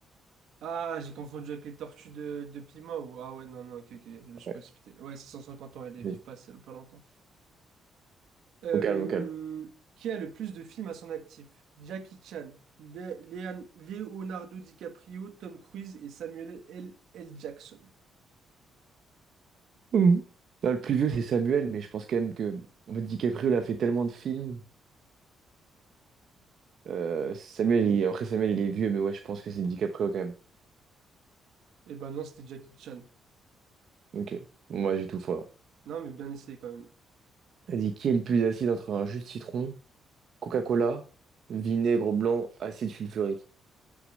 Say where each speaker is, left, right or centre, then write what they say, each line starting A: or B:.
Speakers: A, on the right; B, on the right.
A: Ah, j'ai confondu avec les tortues de, de Pima ou... Ah ouais, non, non, ok, ok, je me suis
B: Ouais.
A: précipité. Ouais, c'est 150 ans, elles ne
B: Bien.
A: vivent pas, c'est pas longtemps. Euh,
B: Au calme, au calme.
A: qui a le plus de films à son actif? Jackie Chan, Le- Léan- Leonardo DiCaprio, Tom Cruise et Samuel L. L. Jackson.
B: Mhm. Ah, le plus vieux, c'est Samuel, mais je pense quand même que en fait, DiCaprio, il a fait tellement de films. Euh, Samuel, il- après Samuel, il est vieux, mais ouais, je pense que c'est DiCaprio quand même.
A: Eh ben non, c'était Jackie Chan.
B: Ok, moi j'ai tout faux alors.
A: Non, mais bien essayé quand même.
B: Elle dit, qui est le plus acide entre un jus de citron, Coca-Cola, vinaigre blanc, acide sulfurique?